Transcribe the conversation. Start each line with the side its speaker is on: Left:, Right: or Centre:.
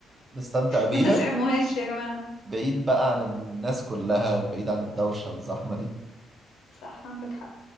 Right: نستمتع بيها
Left: ما تسحموهاش يا جماعة
Right: بعيد بقى عن الناس كلها وبعيد عن الدوشة والزحمة دي
Left: صح عندك حق